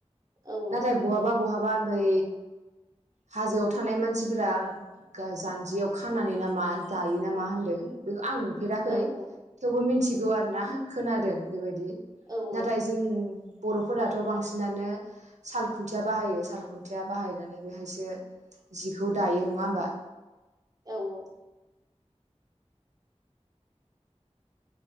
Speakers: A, on the right (about 30°); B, on the right (about 90°).
A: औ
B: नाथाय बहाबा बहाबा <unintelligible> हाजोआव थानाय मानसिफोरा गा जान्जियाव खानानै नामा दायो नामा होन्दों बेखौ आं नुफेराखै
A: औ
B: थेवबो मिथिग गुवार ना खोनादों बेबायदि
A: औ
B: नाथाय जों बर'फोराथ' बांसिनानो साल खुन्थिया बाहायो साल खुन्थिया बाहायनानै बेहाय बे जिखौ दायो नङा होमबा
A: औ औ